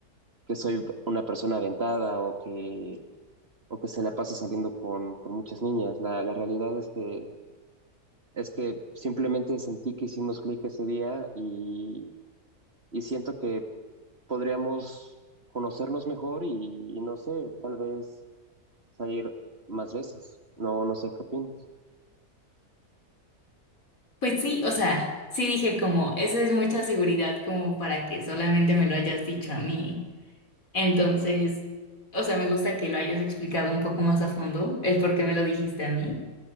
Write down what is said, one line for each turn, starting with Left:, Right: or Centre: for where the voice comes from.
Right: que soy una persona aventada o que, o que se la pasa saliendo con, con muchas niñas. La, la realidad es que, es que simplemente sentí que hicimos clic ese día y, y siento que podríamos conocernos mejor y, y no sé, tal vez salir más veces. No, no sé qué opinas.
Left: Pues sí, o sea, sí dije como, esa es mucha seguridad como para que solamente me lo hayas dicho a mí. Entonces, o sea, me gusta que lo hayas explicado un poco más a fondo, el por qué me lo dijiste a mí.